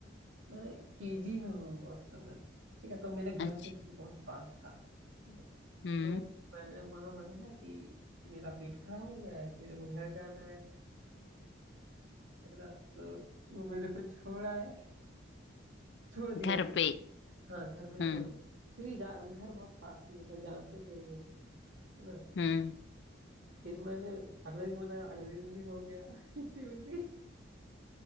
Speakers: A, on the right; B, on the left.
A: मैं केजी में हूँ उस समय ठीक है तो मेरे घर
B: अच्छा
A: से स्कूल बहुत पास था ठीक है
B: हम्म
A: तो मैंने वहां मनाया कि मेरा पेट खराब हो गया है मेरे को घर जाना है है ना तो वो मेरे को छोड़ा है छोड़ दिया
B: घर
A: कि
B: पे
A: हाँ घर में छोड़
B: हम्म
A: दिया क्योंकि जा- घर बहुत पास ही मतलब जानते थे लोग है ना
B: हम्म
A: फिर मैंने अगले दिन मैंने अगले दिन भी हो गया <laughs> छुट्टी मिल गई